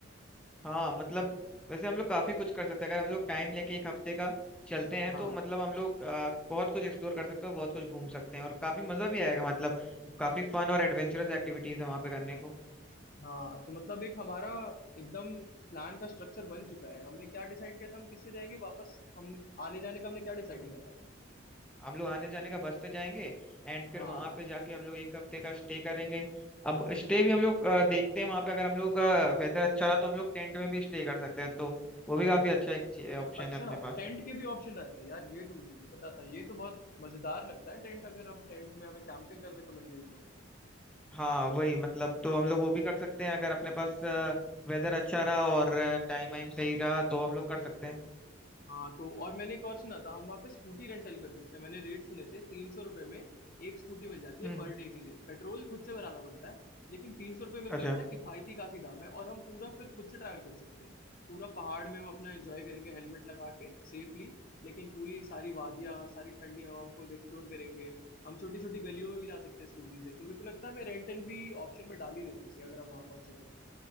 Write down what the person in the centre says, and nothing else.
हाँ मतलब वैसे हम लोग काफी कुछ कर सकते हैं अगर हम लोग टाइम लेके एक हफ्ते का चलते हैं
तो मतलब हम लोग आ, बहुत कुछ एक्सप्लोर कर सकते हैं बहुत कुछ घूम सकते हैं और काफी मजा भी आएगा मतलब काफी फन और एडवेंचरस एक्टिविटीज है वहाँ पे करने को
Yes.
हम लोग आने जाने का बस से जाएंगे एंड फिर
वहाँ पे जाके हम लोग एक हफ्ते का स्टे करेंगे अब स्टे भी हम लोग आ, देखते हैं वहाँ पे अगर हम लोग वेदर अच्छा रहा तो हम लोग टेंट में भी स्टे कर सकते हैं तो वो भी काफी अच्छा एक ऑप्शन
है अपने पास
हाँ वही मतलब तो हम लोग वो भी कर सकते हैं अगर अपने पास वेदर अच्छा रहा और टाइम वाइम सही रहा तो हम लोग कर सकते हैं
हम्म
अच्छा